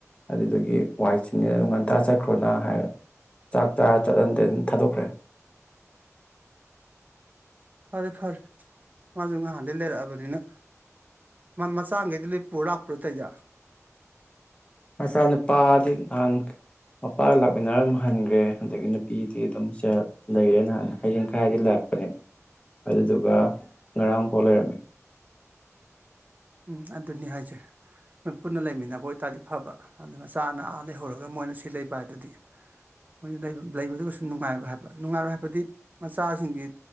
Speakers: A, on the left; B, on the right.
A: ꯑꯗꯨꯗꯒꯤ ꯋꯥꯏꯆꯤꯟꯅꯦꯅ ꯑꯗꯨꯝ ꯉꯟꯇꯥ ꯆꯠꯈ꯭ꯔꯣꯅ ꯍꯥꯏꯔꯥ ꯆꯥꯛ ꯆꯥꯔ ꯆꯠꯂꯟꯗꯦ ꯑꯗꯨꯝ ꯊꯥꯗꯣꯛꯈ꯭ꯔꯦ
B: ꯐꯔꯦ ꯐꯔꯦ ꯃꯥꯖꯨ ꯉꯍꯥꯟꯗꯩ ꯂꯩꯔꯛꯑꯕꯅꯤꯅ ꯃꯥ ꯃꯆꯥꯒꯩꯗꯣ ꯂꯣꯏ ꯄꯨꯨꯔꯥ ꯂꯥꯛꯄ꯭ꯔꯣ ꯇꯧꯏꯗꯣ
A: ꯃꯆꯥ ꯅꯨꯨꯄꯥꯗꯤ ꯉꯍꯥꯟ ꯃꯄꯥꯒ ꯂꯥꯛꯃꯤꯟꯅꯔ ꯑꯗꯨꯝ ꯍꯟꯒ꯭ꯔꯦ ꯑꯗꯒꯤ ꯅꯨꯄꯤꯗꯤ ꯑꯗꯨꯝ ꯆꯥ ꯂꯩꯔꯦ ꯅ ꯍꯌꯦꯡ ꯈꯥꯏꯗꯤ ꯂꯥꯛꯄꯅꯦ ꯑꯗꯨꯗꯨꯒ ꯉꯔꯥꯡ ꯐꯥꯎ ꯂꯩꯔꯝꯃꯤ
B: ꯎꯝ ꯑꯗꯨꯅꯤ ꯍꯥꯏꯖꯥꯦ ꯄꯨꯟꯅ ꯂꯩꯃꯤꯟꯅꯕ ꯑꯣꯏꯇꯥꯔꯗꯤ ꯐꯕ ꯑꯗꯨ ꯃꯆꯥꯅ ꯑ ꯂꯩꯍꯧꯔꯒ ꯃꯣꯏꯅ ꯁꯤ ꯂꯩꯕ ꯍꯥꯏꯗꯨꯗꯤ ꯃꯣꯏꯅ ꯂꯩꯕ ꯂꯩꯕꯗꯨ ꯒꯩꯁꯨ ꯅꯨꯡꯉꯥꯏꯔꯣꯏ ꯍꯥꯏꯕ ꯅꯨꯡꯉꯥꯏꯔꯣꯏ ꯍꯥꯏꯕꯗꯤ ꯃꯆꯥꯁꯤꯡꯒꯤ